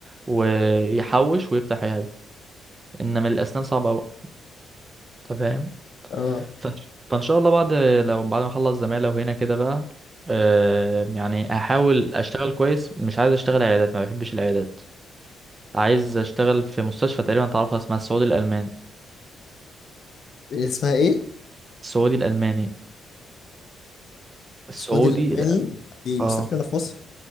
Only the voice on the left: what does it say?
اه
إيه اسمها ايه؟
السعودي الألماني
في مستشفى
هنا في مصر